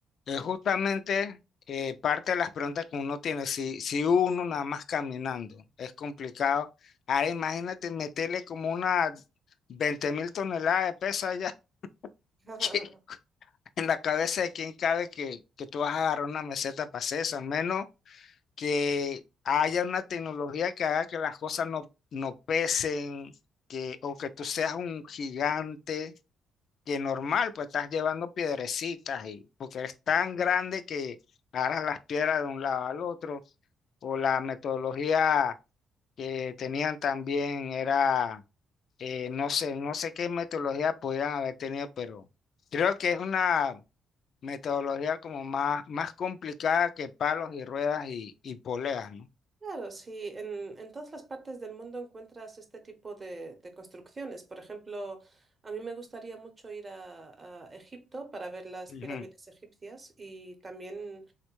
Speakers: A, on the left (about 60°); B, on the right (about 30°).
A: es justamente eh, parte de las preguntas que uno tiene. Si, si uno nada más caminando es complicado, ahora imagínate meterle como unas veinte mil toneladas de peso allá <laughs>
B: <laughs>
A: que- en la cabeza de quién cabe que, que tú vas a agarrar una meseta para hacer eso, al menos. que haya una tecnología que haga que las cosas no, no pesen, que, o que tú seas un gigante, que normal, pues estás llevando piedrecitas y porque eres tan grande que agarras las piedras de un lado al otro, o la metodología que tenían también era, eh, no sé, no sé qué metodología podían haber tenido, pero creo que es una metodología como más, más complicada que palos y ruedas y, y poleas, ¿no?
B: Claro, sí, en, en todas las partes del mundo encuentras este tipo de, de construcciones. Por ejemplo, a mí me gustaría mucho ir a, a Egipto para ver las
A: Ujú.
B: pirámides egipcias y también